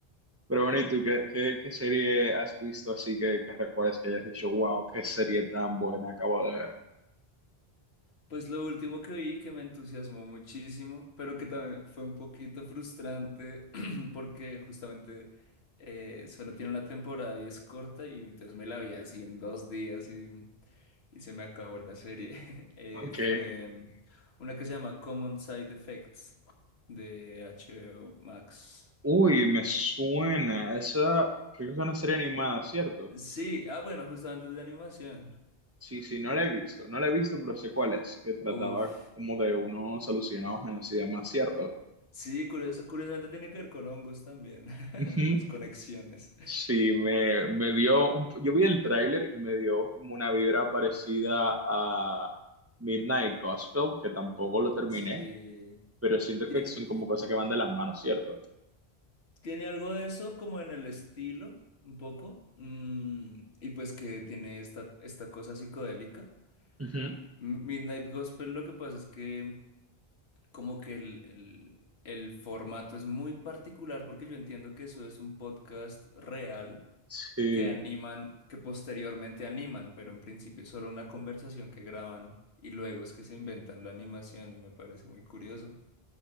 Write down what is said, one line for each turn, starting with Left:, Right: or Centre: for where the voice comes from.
Right: Pero bueno, ¿y tú qué, qué, qué serie has visto así que, que recuerdas que hayas dicho, wow, qué serie tan buena acabo de ver?
Left: Pues lo último que vi que me entusiasmó muchísimo, pero que también fue un poquito frustrante <clears throat> porque justamente eh, solo tiene una temporada y es corta y entonces me la vi así en dos días y, y se me acabó la serie. <laughs> Eh,
Right: Ok.
Left: fue una que se llama Common Side Effects de HBO Max.
Right: Uy, me suena. Esa, creo que es una serie animada, ¿cierto?
Left: Sí, ah bueno, justamente es de animación.
Right: Sí, sí, no la he visto. No la he visto, pero sé cuál es, que trataba
Left: Uf,
Right: como de unos alucinados años y demás, ¿cierto?
Left: sí, curioso- curiosamente tiene que ver con hongos también, <laughs>
Right: Ujú.
Left: las conexiones.
Right: Sí, me, me dio un, yo vi el tráiler y me dio como una vibra parecida a Midnight Gospel, que tampoco lo terminé,
Left: Sí.
Right: pero siento
Left: Tiene,
Right: que son como cosas que van de las manos, ¿cierto?
Left: tiene algo de eso como en el estilo, un poco, mm, y pues que tiene esta, esta cosa psicodélica.
Right: Ujú.
Left: M- Midnight Gospel lo que pasa es que como que el, el, el formato es muy particular porque yo entiendo que eso es un podcast real
Right: Sí,
Left: que animan, que posteriormente animan, pero en principio es solo una conversación que graban y luego es que se inventan la animación y me parece muy curioso.